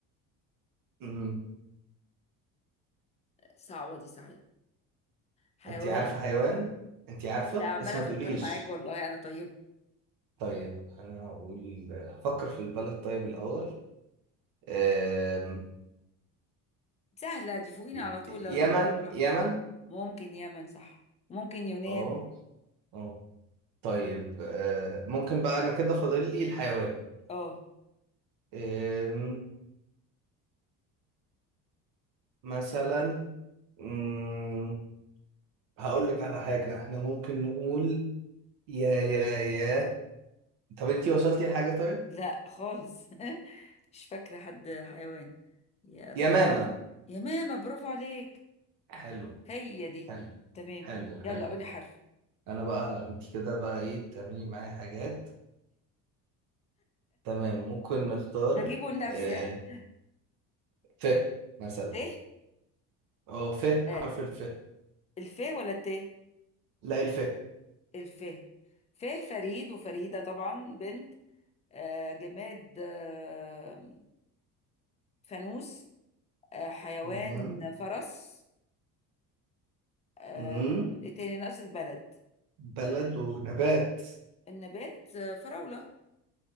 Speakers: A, on the right; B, on the left.
A: أم،
B: صعبه دي صحيح حيوان
A: انت عارفة حيوان انت عارفة
B: لا عماله
A: بس ما
B: افكر
A: تقوليش
B: معاك والله انا طيبه
A: طيب انا هقول هفكر في البلد طيب الاول أم...
B: سهله دي فوقينا
A: ي-
B: على طول
A: يمن
B: لو ليك جغرافيا
A: يمن
B: ممكن يمن صح ممكن يونان
A: اه اه طيب أه، ممكن بقى انا كده فاضل لي الحيوان
B: اه
A: أم... مثلا أم... هقول لك على حاجة احنا ممكن نقول يا يا يا طب انتي وصلتي لحاجة طيب؟
B: لا خالص <laughs> مش فاكرة حد حيوان يا ر...
A: يا ماما
B: يا ماما برافو عليك
A: حلو
B: هي دي
A: حلو
B: تمام
A: حلو حلو
B: يلا قولي حرف
A: انا بقى انتي كده بقى ايه تعملي معايا حاجات تمام ممكن نختار
B: هجيبه لنفسي
A: آه
B: انا
A: ف مثلا
B: ت
A: اه ف حرف
B: آه.
A: الف
B: الف ولا الت
A: لا الف
B: الف ف فريد وفريدة طبعا بنت آه جماد آه فانوس آه حيوان
A: تمام
B: فرس آه
A: مم.
B: ايه تاني ناقص البلد
A: بلد
B: آه
A: ونبات
B: النبات آه فراولة